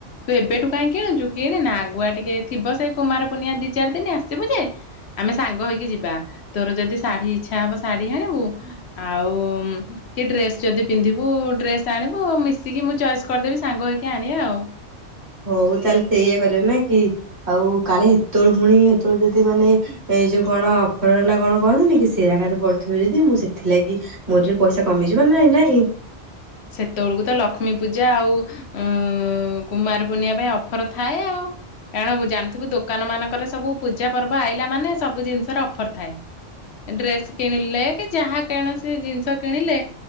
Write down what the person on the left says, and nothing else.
ତୁ ଏବେଠୁ କାଇଁ କିଣୁଛୁ କିଣି ନା। ଆଗୁଆ ଟିକେ ଥିବ ସେଇ କୁମାର ପୂର୍ଣ୍ଣିମା ଦି ଚାରି ଦିନ ଆସିବୁ ଯେ ଆମେ ସାଙ୍ଗ ହେଇକି ଯିବା। ତୋର ଯଦି ଶାଢୀ ଇଚ୍ଛା ହବ ଶାଢୀ ଆଣିବୁ। ଆଉ କି ଡ୍ରେସ ଯଦି ପିନ୍ଧିବୁ ଡ୍ରେସ ଆଣିବୁ ଆଉ ମିଶିକି ମୁଁ ଚଏସ୍ କରିଦେବି ସାଙ୍ଗ ହେଇକି ଆଣିବା ଆଉ।
ସେତେବେଳକୁ ତ ଲକ୍ଷ୍ମୀ ପୂଜା ଆଉ ଉଁ କୁମାର ପୁର୍ଣିମା ପାଇଁ ଅଫର ଥାଏ ଆଉ। କାରଣ ବ ଜାଣିଥିବୁ, ଦୋକାନ ମାନଙ୍କର ସବୁ ପୂଜା ପର୍ବ ଆଇଲା ମାନେ ସବୁ ଜିନିଷର ଅଫର ଥାଏ। ଡ୍ରେସ୍ କିଣିଲେ କି ଯାହା କୌଣସି ଜିନିଷ କିଣିଲେ,